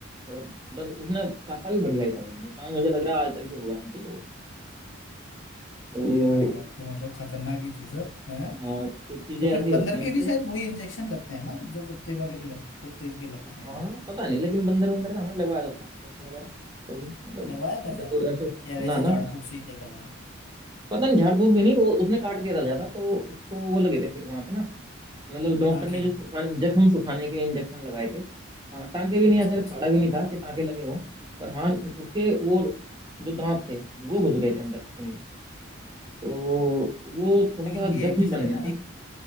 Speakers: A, on the right; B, on the left.
A: और बस उसने काटा भी बढ़िया ही था भाई निशान मुझे लग रहा है आज तक भी होगा आंटी को तो
B: ये वाली बात तो मतलब खतरनाक ही थी सर है
A: हाँ कुछ चीजें
B: तो फिर
A: ऐसी
B: बंदर
A: होती हैं
B: के
A: मतलब
B: भी शायद वही इंजेक्शन लगते हैं ना जो कुत्ते वाले के लग, कुत्ते के लगते
A: हाँ
B: हैं
A: पता नहीं लेकिन बंदर बंदर का हमने लगवाया तो था इंजेक्शन वगैरह कभी मतलब
B: लगवाया था
A: लगभग
B: क्या
A: ऐसा
B: या वैसे
A: ना ना
B: ही झाड़ फूक से ही कहीं करवाया
A: पता नहीं झाड़ फूक भी नहीं वो उसने काट दिया था ज्यादा तो उसको वो लगे थे फिर वहां पे ना मतलब डॉक्टर
B: टाँके
A: ने जो सुखाने जख्म सुखाने के इंजेक्शन लगाए थे हाँ, टांके भी
B: अच्छा
A: नहीं ऐसे
B: अच्छा
A: फाड़ा भी नहीं था कि टांके लगे हो पर हाँ उसके वो जो दांत थे वो घुस गए थे अंदर स्किन में तो वो थोड़ा
B: लेकिन
A: सा
B: ये
A: जख्म
B: है कि सर
A: बन
B: है
A: गया
B: ना
A: था
B: एक